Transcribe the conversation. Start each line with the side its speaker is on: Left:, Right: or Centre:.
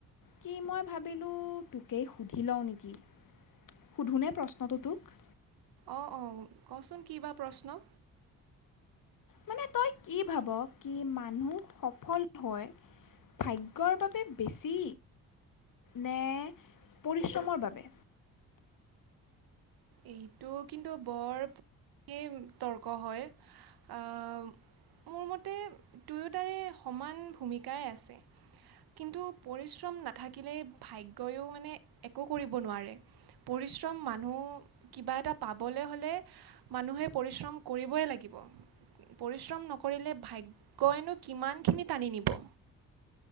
Left: কি মই ভাবিলোঁ, তোকেই সুধি লওঁ নেকি। সুধোনে প্ৰশ্নটো তোক?
Right: অ', অ' ক'চোন কি বা প্ৰশ্ন?
Left: মানে তই কি ভাব, কি মানুহ সফল হৈ ভাগ্যৰ বাবে বেছি, নে পৰিশ্ৰমৰ বাবে?
Right: এইটো কিন্তু বৰ, <inaudible> কি তৰ্ক হয়। অ', মোৰ মতে দুয়োতাৰে সমান ভূমিকাই আছে। কিন্তু পৰিশ্ৰম নাথাকিলেই ভাগ্য ভাগ্যও মানে একো কৰিব নোৱাৰে, পৰিশ্ৰম মানুহ কিবা এটা পাবলৈ হ'লে, মানুহে পৰিশ্ৰম কৰিবই লাগিব। পৰিশ্ৰম নকৰিলে, ভাগ্যই নো কিমানখিনি টানি নিব।